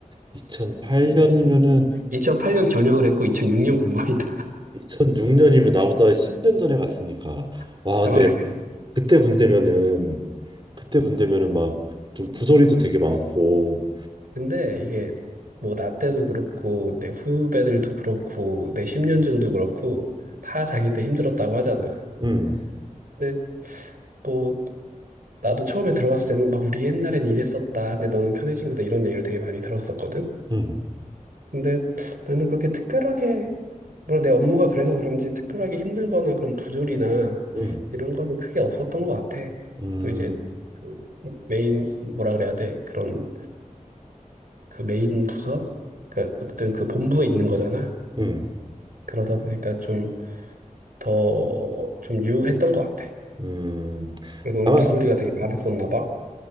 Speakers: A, on the right; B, on the right.
A: 2008년이면은
B: 2008년 전역을 했고 2006년 군번이다.
A: 2006년이면 나보다 10년 전에 갔으니까.
B: <laughs>
A: 와, 근데
B: 그런
A: 그때 군대면은, 그때 군대면은 막 좀 부조리도 되게 많고,
B: 근데 이게 뭐 나 때도 그렇고 내 후배들도 그렇고 내 10년 전도 그렇고 다 자기 때 힘들었다고 하잖아.
A: 음,
B: 근데 뭐 나도 처음에 들어갔을 때는 막 우리 옛날엔 이랬었다. 근데 너는 편해진 거다. 이런 얘기를 되게 많이 들었었거든.
A: 음,
B: 근데 나는 그렇게 특별하게 뭐 내 업무가 그래서 그런지 특별하게 힘들거나 그런 부조리나
A: 음.
B: 이런 거는 크게 없었던 것 같아.
A: 음,
B: 또 이제 그 메인 뭐라 그래야 돼? 그런 그 메인 부서 그 어쨌든 그 본부에 있는 거잖아.
A: 음,
B: 그러다 보니까 좀 더 좀 유했던 것 같아.
A: 음.
B: 너는
A: 아,
B: 부조리가 되게 많았었나 봐.